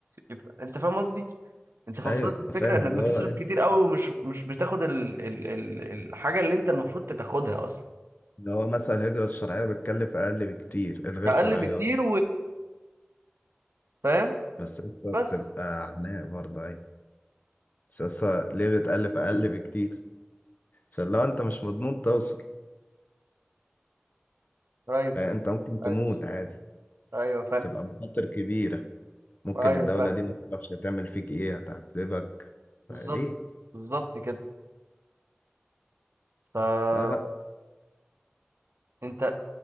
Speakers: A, on the right (about 80°); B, on the left (about 45°).
A: يبقى انت فاهم قصدي انت فصلت
B: أيوه
A: الفكرة
B: فاهم
A: انك
B: اللي
A: بتصرف
B: هو إيه؟
A: كتير قوي ومش مش بتاخد ال... ال... ال... الحاجة اللي انت المفروض تاخدها اصلا
B: اللي هو مثلا الهجرة الشرعية بتكلف أقل بكتير الغير
A: اقل
B: شرعية
A: بكتير
B: قصدي
A: وفاهم
B: بس أنت بتبقى
A: بس
B: عناء برضه أيوه بس أصلا ليه بتألف أقل بكتير؟ عشان لو أنت مش مضمون توصل
A: ايوه
B: فأنت ممكن تموت
A: ايوه
B: عادي
A: ايوه فاهم
B: تبقى مخاطر كبيرة ممكن
A: ايوه
B: الدولة
A: فاهم
B: دي ما تعرفش هتعمل فيك إيه هتعذبك فليه؟
A: بالظبط بالظبط كده ف
B: لا لا
A: انت